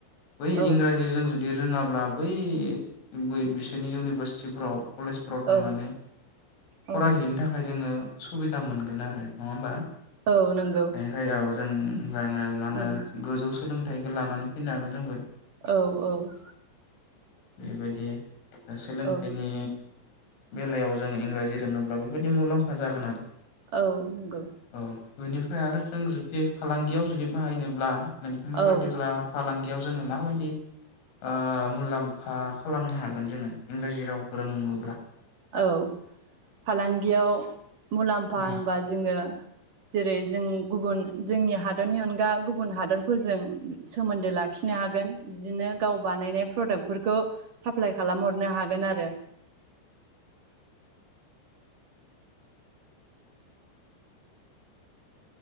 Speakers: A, on the left; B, on the right.
A: बै
B: औ
A: इंराजिजों जुदि रोङाब्ला बै बो बिसोरनि इउनिभारसिटिफ्राव कलेजफोराव थांनानै
B: औ औ
A: फरायहैनो थाखाय जोङो सुबिदा मोनगोन आरो नङा होमबा?
B: औ नंगौ।
A: बेनिफ्राय औ जों <unintelligible>
B: उम
A: गोजौ सोलोंथाइखौ लानानै फैनो हागोन जोंबो।
B: औ औ।
A: बेबायदि ओ सोलोंथाइनि
B: औ
A: बेलायाव जों इंराजि रोङोब्ला बेबायाददि मुलाम्फा जागोन आरो
B: औ नंगौ।
A: औ बेनिफ्राय आरो जों जुदि फालांगियाव जुदि बाहायनोब्ला नोंथांनि
B: औ
A: बादिब्ला फालांगियाव जोङो माबायदि ओ मुलाम्फा खालामनो हागोन जोङो इंराजि राव फोरोङोब्ला?
B: औ। फालांगियाव मुलाम्फा
A: उम
B: होनबा जोङो जेरै जों गुबुन जोंनि हादरनि अन गा गुबुन हादरफोरजों सोमोन्दो लाखिनो हागोन बिदिनो गाव बानायनाय प्रडाक्टफोरखौ साप्लााय खालामहरनो हागोन आरो